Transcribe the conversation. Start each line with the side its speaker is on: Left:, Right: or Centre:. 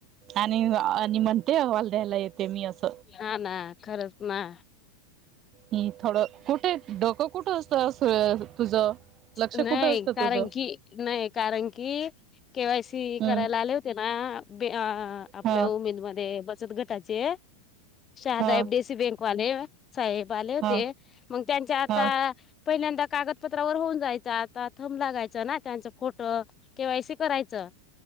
Right: आणि आणि म्हणते अहवाल द्यायला येते मी असं-
Left: ह ना, खरंच ना.
Right: ह, थोडं कुठेत डोकं कुठं असतं तुझं- लक्ष
Left: नाही,
Right: कुठं असतं
Left: कारण
Right: तुझं
Left: की, नाही कारण की, - के वाय सी
Right: हम्म
Left: करायला आले होते ना, आप आपल्या
Right: हा
Left: उमेदमध्ये बचत गट - चे शहादाहेबडीसी
Right: हा
Left: बँकवाले <unintelligible> साहेब आले होते,
Right: हा
Left: मग त्यांच्या आता
Right: हा
Left: पहिल्यांदा कागदप- त्रा वर होऊन जायचं, आता थंब लागायचं ना, त्यांच फोटो के वाय सी करायचं-